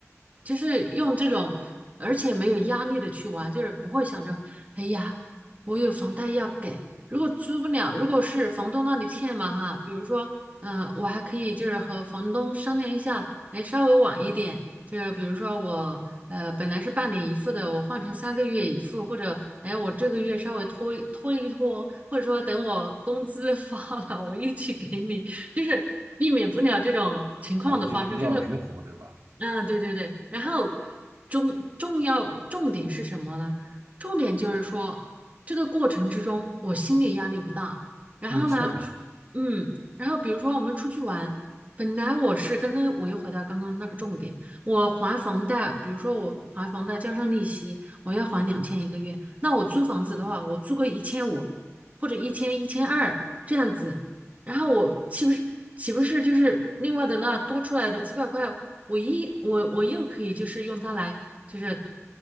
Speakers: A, on the right; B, on the right.
A: 就是用这种，而且没有压力的去玩，就是不会想着，哎呀，我有房贷要给，如果租不了，如果是房东那里欠嘛哈，比如说，嗯、我还可以就是和房东商量一下，哎，稍微晚一点，就是比如说我呃本来是半年一付的，我换成三个月一付，或者哎我这个月稍微拖一拖一拖，或者说等我工资 <laughs> 发了，我一起给你，就是避免不了这种情况的发生。
B: 哦，这比较灵活，
A: 这个，
B: 对吧？
A: 嗯、对对对，然后重重要重点是什么呢？重点就是说。这个过程之中，我心理压力不大。然后呢，
B: 嗯，是的。
A: 嗯，然后比如说我们出去玩，本来我是刚刚我又回到刚刚那个重点，我还房贷，比如说我还房贷加上利息，我要还两千一个月。那我租房子的话，我租个一千五或者一千一千二这样子，然后我岂不是岂不是就是另外的那多出来的几百块，我一我我又可以就是用它来，就是